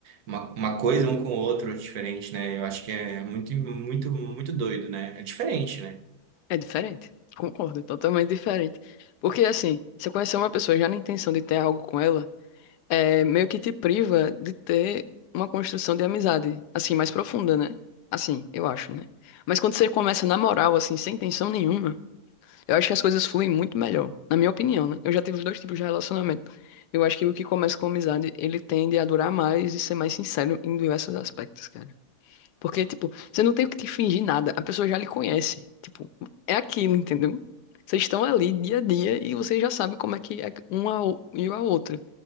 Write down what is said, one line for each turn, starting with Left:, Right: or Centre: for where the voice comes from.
Right: uma, uma coisa um com o outro diferente, né? Eu acho que é muito, muito, muito doido, né? É diferente, né?
Left: é diferente. Concordo, é totalmente diferente. Porque, assim, você conhecer uma pessoa já na intenção de ter algo com ela, é, meio que te priva de ter uma construção de amizade, assim, mais profunda, né? Assim, eu acho, né? Mas quando você começa na moral, assim, sem intenção nenhuma, eu acho que as coisas fluem muito melhor, na minha opinião, né? Eu já tive os dois tipos de relacionamento. Eu acho que o que começa com amizade, ele tende a durar mais e ser mais sincero em diversos aspectos, cara. Porque, tipo, você não tem o que te fingir nada. A pessoa já lhe conhece. Tipo, é aquilo, entendeu? Vocês estão ali dia a dia e você já sabe como é que é uma ou- e a outra.